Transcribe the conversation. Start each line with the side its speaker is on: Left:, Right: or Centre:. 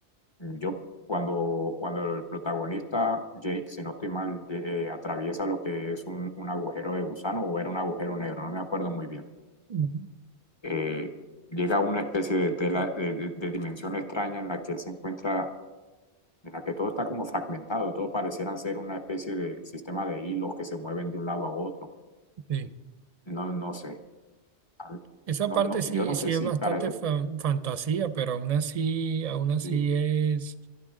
Left: Yo, cuando, cuando el protagonista, Jake, si no estoy mal, eh, atraviesa lo que es un, un agujero de gusano o era un agujero negro, no me acuerdo muy bien.
Right: Mm,
Left: eh, llega a una especie de tela, de, de- de dimensión extraña en la que él se encuentra, en la que todo está como fragmentado, todo parecieran ser una especie de sistema de hilos que se mueven de un lado a otro.
Right: sí.
Left: No, no sé. A mí-
Right: Esa
Left: No,
Right: parte
Left: no,
Right: sí,
Left: yo no
Right: sí
Left: sé si
Right: es bastante
Left: parece.
Right: fan- fantasía, pero aún así, aún así
Left: Sí,
Right: es,